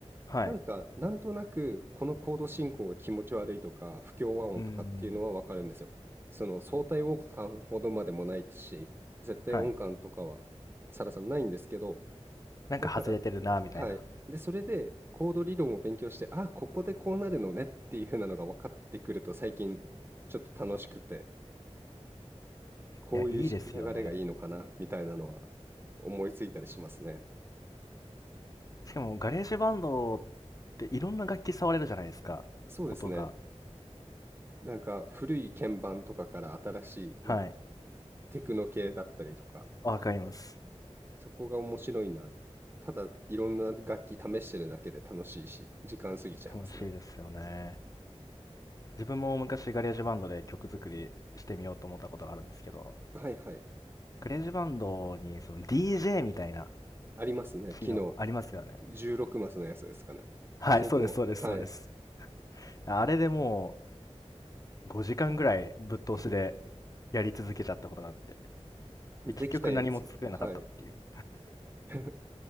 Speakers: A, on the left; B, on the right.
A: はい。
B: なんかなんとなくこのコード進行が気持ち悪いとか不協和音とかっていうのはわかるんですよ。
A: うん。
B: その相対音感ほどまでもないですし、絶対音感とかは
A: はい。
B: サラさんないんですけど、
A: なんか外れてるな、
B: だから、
A: みたいな。
B: はい。で、それでコード理論を勉強して、あここでこうなるのねっていう風なのが分かってくると最近ちょっと楽しくて、こういうし流れがいいのかなみたいなのは
A: いや、いいですよね。
B: 思いついたりしますね。
A: しかも、ガレージバンドっていろんな楽器触れるじゃないですか。
B: そうですね。
A: 音が。
B: なんか古い鍵盤とかから新しいなんか
A: はい。
B: テクノ系だったりとか、
A: わかります。
B: そこが面白いなって。ただいろんな楽器試してるだけで楽しいし、時間過ぎちゃいますね。
A: 楽しいですよね。自分も昔ガレージバンドで曲作りしてみようと思ったことがあるんですけど、
B: はいはい。
A: ガレージバンドにその DJ みたいな
B: ありますね。
A: 機能ありますよね。
B: 昨日16マスのやつですかね。
A: はい、
B: それとも、
A: そうです、そうです、
B: はい。
A: そうです。あれでもう5時間ぐらいぶっ通しで
B: <laughs>
A: やり続けちゃったことがあって。
B: できたやつ。
A: で、結局何も作れなかったっていう。
B: はい。<laughs>